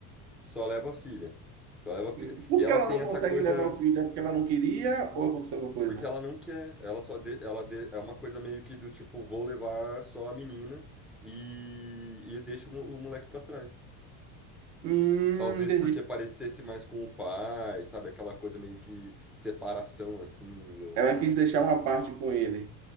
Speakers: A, in the centre; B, on the right.
A: só leva a filha. Só leva a filha.
B: Hum. Por
A: E ela
B: que ela
A: tem
B: não
A: essa
B: consegue
A: coisa.
B: levar o filho? É porque ela não queria ou aconteceu alguma coisa?
A: Porque ela não quer, ela só de, ela de- é uma coisa meio que do tipo, vou levar só a menina e, e deixo o, mo- o moleque pra trás.
B: Hum,
A: Talvez
B: entendi.
A: porque parecesse mais com o pai, sabe? Aquela coisa meio que separação, assim. do-
B: Ela quis deixar uma parte com ele,